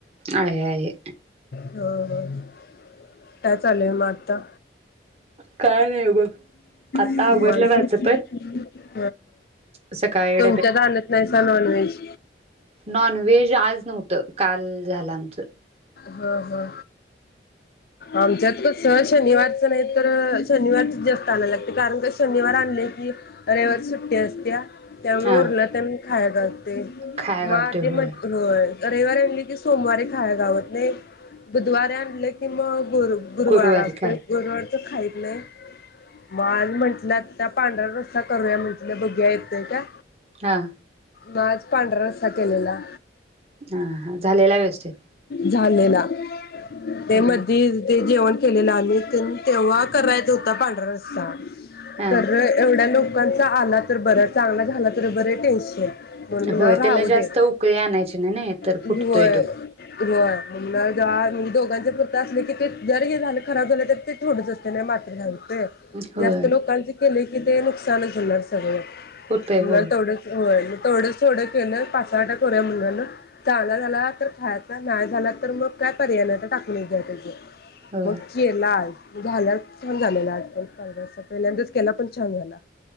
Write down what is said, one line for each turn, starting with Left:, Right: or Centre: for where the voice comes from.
Right: आहे आहे.
Left: काय चालू आहे मग आता?
Right: काय नाही बघ आता
Left: निवांत?
Right: आवरला माझं पण
Left: <unintelligible>
Right: सकाळी
Left: तुमच्यात आणत नाहीसा नॉन व्हेज.
Right: नॉन वेज आज नव्हत काल झालं आमच
Left: हा हा आमच्यात कस शनिवारच नाही तर शनिवारच जास्त आणायला लागते कारण का शनिवार आणले की रविवारी सुट्टी असत्या. त्यामुळे
Right: हा
Left: उरलं त्यां <unintelligible> ते
Right: खाया गावतय
Left: माझे
Right: होय
Left: म्ह होय. रविवारी आणली की, सोमवारी खाया गावत नाही बुधवारे आणले की की मग, गुरु गुरुवार
Right: गुरुवारी
Left: असतयच
Right: काय
Left: गुर तर खायत नाही. <unintelligible> म्हंटला त्या पांढऱ्या रस्सा करूया म्हटलं बघुया येतंय का?
Right: हा.
Left: म आज पांढरा रस्सा केलेला.
Right: हा हा झालेला व्यवस्थित
Left: झालेला. <unintelligible> ते
Right: ह
Left: मधी न ते जेवण ते केलेला आम्ही तेन तेव्हा करायच होता पांढरा रस्सा.
Right: हा
Left: तर एवढ्या लो लोकांचा आला तर बर, चांगला झाला तर बरे, टेन्शन म्हणून म्हणाला
Right: होय त्याला
Left: राहू
Right: जास्त
Left: दे
Right: उकळी आणायची नाही. नाही तर,
Left: होय
Right: फुटतोय तो.
Left: होय <unintelligible> आज दोघांच <inaudible> असले की ते जर हे झाल खराब झाले तर ते थोडच असते नाय <unintelligible>
Right: होय
Left: <unintelligible> जास्त लोकांचे <unintelligible> की ते नुकसानच होणार सगळ.
Right: होतय
Left: <unintelligible> म
Right: होय
Left: तेवढंच हो थोडं थोडं केलं पासाटा थोऱ्या मुलान चाला झाला तर खायाचां. नाही झाला तर मग काय पर्याय नाही तर टाक <unintelligible> <unintelligible>
Right: होय
Left: मग केला आज. झाल्या छान झालेला आज च <unintelligible> पहिल्यांदाच केला पण छान झाला.